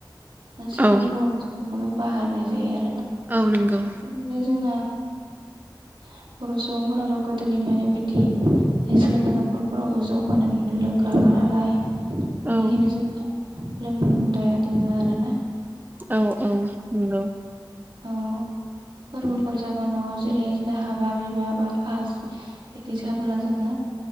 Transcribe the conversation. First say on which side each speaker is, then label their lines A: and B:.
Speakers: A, on the right (about 80°); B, on the right (about 20°).
A: नसोर
B: औ
A: महलखौनो बाहायनाय जायो आरोना
B: औ नंगौ
A: बिदिनो जोंना बर' सुबुंफोराथ' गोदोनिफ्रायनो बिदि एसिआनि न'खरफोरावबो जौगानायनानै लोंग्राखा नालाय बेनिखायनो
B: औ
A: जोंनिया लोंनाय हुदाया दोङो आरो ना।
B: औ औ नंगौ।
A: औ। फोरबोफोर जाबा न' जेरै दाहा बा बिबार बा खास बिदि जाबोला जोङो